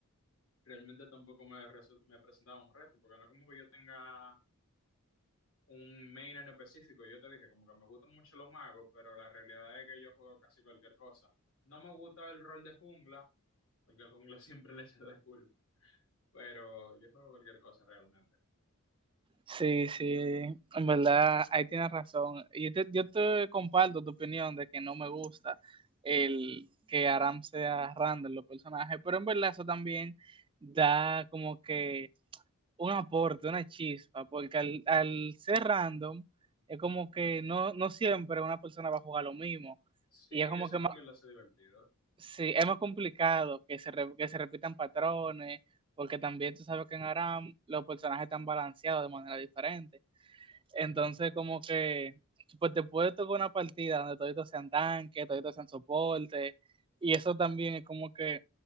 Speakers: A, on the left (about 75°); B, on the right (about 25°).
A: realmente tampoco me, res- me presentaba un reto, porque no como que yo tenga un main en específico. Yo te dije, como que me gustan mucho los magos, pero la realidad es que yo juego casi cualquier cosa. No me gusta el rol de jungla porque al jungla <laughs> siempre le echan la culpa, pero yo juego cualquier cosa realmente.
B: Sí, sí, en verdad, ahí tienes razón. Yo te, yo te comparto tu opinión de que no me gusta el que Aram sea random los personajes, pero en verdad eso también da como que un aporte, una chispa, porque al, al ser random es como que no, no siempre una persona va a jugar lo mismo
A: Sí,
B: y es como
A: eso
B: que
A: también lo hace divertido.
B: Sí, es más complicado que se, re- que se repitan patrones, porque también tú sabes que en Aram los personajes están balanceados de manera diferente. Entonces,
A: Ujú.
B: como que pues te puede tocar una partida donde toditos sean tanque, toditos sean soporte, y eso también es como que